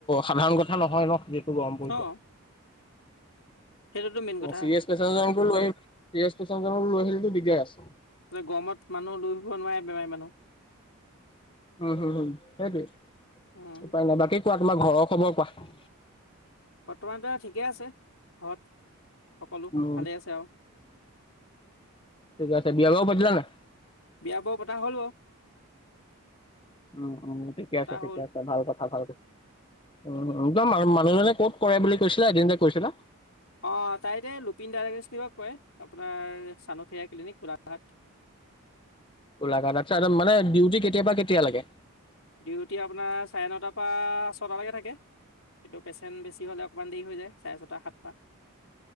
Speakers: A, on the left (about 20°); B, on the left (about 65°).
A: সাধাৰণ কথা নহয় ন যিটো গৰম পৰিছে
B: অ', সেইটোতো মেইন কথা।
A: চিৰিয়াছ পেচেণ্ট এজনকো লৈ চিৰিয়াছ পেচেণ্ট এজনকো লৈ আহিলেটো দিগদাৰ আছে।
B: গৰমত মানুহ লৈ ফুৰিব নোৱাৰে বেমাৰী মানুহ
A: উম হুম-হুম সেইটোৱেই
B: উম,
A: উপায় নাই বাকী কোৱা তোমাৰ ঘৰৰ খবৰ কোৱা
B: বৰ্তমানতো ঠিকে আছে। ঘৰত সকলো
A: উম,
B: ভালে আছে আৰু
A: গছে বিয়া বাৰু পাতিলা নাই
B: বিয়া বাৰু পতা হ'ল অ
A: উম-উম ঠিকে আছে ঠিকে
B: হ'ল,
A: আছে ভাল কথা ভাল কথা উম একদম আৰু মানুহজনে ক'ত কৰে বুলি কৈছিলা এদিন যে কৈছিলা।
B: অ তাই যে লুপিন ডায়গটি কৰে আপোনাৰ চানুখে ক্লিনিক গোলাঘাট <inaudible>
A: গোলাঘাট চাইডত মানে ডিউটি কেতিয়াৰ পৰা কেতিয়ালৈকে
B: ডিউটি আপোনাৰ চাৰে নটাৰ পৰা ছটালৈকে থাকে কিন্তু পেচেণ্ট বেছি হলে অকনমান দেৰি হৈ যায় চাৰে ছটা সাতটা